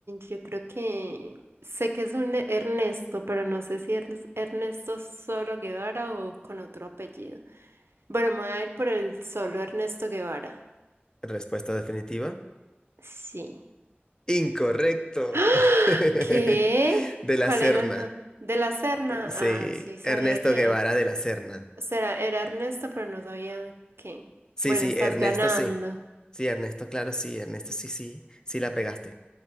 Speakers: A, on the right (about 75°); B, on the left (about 20°).
A: yo creo que sé que es un E- Ernesto, pero no sé si es Ernesto Solo Guevara o con otro apellido. Bueno, me voy a ir por el solo Ernesto Guevara.
B: Respuesta definitiva.
A: Sí.
B: Incorrecto.
A: ¡Ah!
B: <laughs>
A: ¿Qué?
B: De
A: ¿Cuál
B: la Serna.
A: era el no- ¿De la Serna?
B: Sí,
A: Ah, sí, sabía
B: Ernesto
A: que.
B: Guevara de la Serna.
A: Será, era Ernesto, pero no sabía qué.
B: Sí,
A: Bueno,
B: sí,
A: estás
B: Ernesto
A: ganando.
B: sí. Sí, Ernesto, claro, sí, Ernesto sí, sí, sí la pegaste.